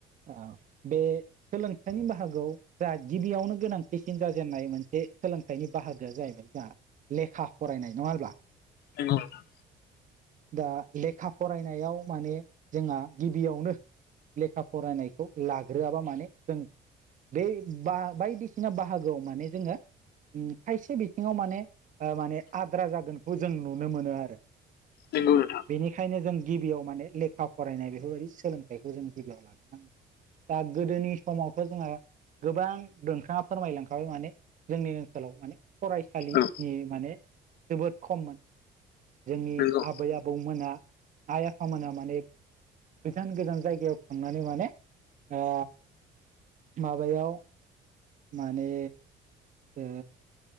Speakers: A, on the right (about 50°); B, on the left (about 70°).
A: ओ बे सोलोंथाइनि बाहागोआव जा गिबियावनो गोनांथिसिन जाजेननाय मोनसे सोलोंथाइनि बाहागोआ जाहैबाय जोंहा लेखा फरायनाय नङा होनब्ला?
B: नोंगौ नोंथां।
A: दा लेखा फरायनायाव माने जोंहा गिबियावनो लेखा फरायनायखौ लाग्रोआबा माने जों बे बा बायदिसिना बाहागोआव माने जोङो खायसे बिथिङाव माने माने आद्रा जागोनखौ जों नुनो मोनो आरो।
B: नंगौ नंगौ नोंथां
A: बेनिखायनो जों गिबियाव माने ले खा फरायनाय बेफोरबायदि सोलोंथाइखौ जों गिबियाव लाग्रांगोन दा गोदोनि समावथ' जोंहा गोबां दोंखा फोरमायलांखाबाय माने जोंनि ओनसोलाव माने फरायसालिनि
B: औ
A: माने जोबोद खममोन। जोंनि
B: नंगौ नंगौ
A: आबै आबौमोना आइ आफामोना माने गोजान गोजान जायगायाव थांनानै माने ओ माबायाव माने ओ